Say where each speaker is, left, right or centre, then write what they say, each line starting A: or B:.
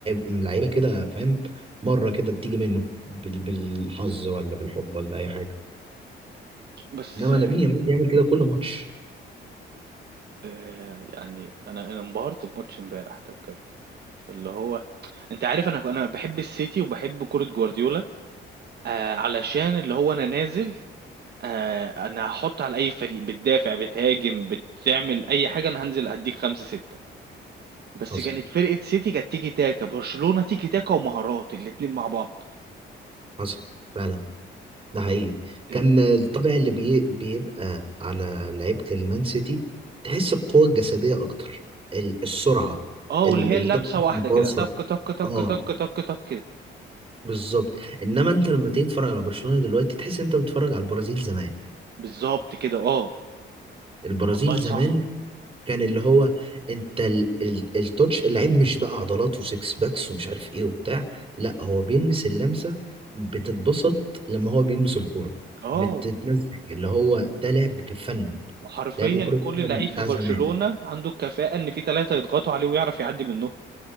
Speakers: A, on the right (about 25°); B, on the right (about 55°).
A: من لعيبه كده فاهم مره كده بتيجي منه بال- بالحظ ولا بالحب ولا اي حاجه
B: بس
A: انما لامين يامال بيعمل كده كل ماتش
B: آآ يعني أنا أنا انبهرت بماتش امبارح ده بجد، اللي هو أنت عارف أنا أنا باحب السيتي وباحب كورة جوارديولا آآ علشان اللي هو أنا نازل آآ أنا هاحُط على أي فريق، بتدافع، بتهاجم، بتعمل أي حاجة أنا هانزل أدّيك 5، 6 بس
A: حصل
B: كانت فرقة سيتي كانت تيكي تاكا، برشلونة تيكي تاكا ومهارات الاتنين مع بعض،
A: حصل فعلا ده حقيقي
B: ال
A: كان الطابع اللي بي بيبقى على لعيبة المان سيتي تحس القوة الجسدية أكتر ال- السرعة
B: آه واللي
A: ال-
B: هي
A: الضغط
B: اللمسة واحدة
A: الباصة
B: كده تَك، تَك، تَك،
A: اه
B: تَك، تَك، تَك كده،
A: بالظبط انما انت لما تيجي تتفرج على برشلونة دلوقتي تحس انت بتتفرج على البرازيل زمان
B: بالضبط كده، آه
A: البرازيل
B: والله
A: زمان
B: صح،
A: كان اللي هو انت ال- ال- التوتش اللعيب مش بقى عضلات وسكس باكس ومش عارف ايه وبتاع لا هو بيلمس اللمسة بتتبسط لما هو بيلمس الكورة
B: آه.
A: بتتمزج اللي هو ده لعب بفن
B: وحرفيًا
A: لعب كورة
B: كل
A: بفن
B: لعيب في
A: بتاع
B: برشلونة
A: زمان
B: عنده الكفاءة إن في 3 يضغطوا عليه ويعرف يعدي منهم،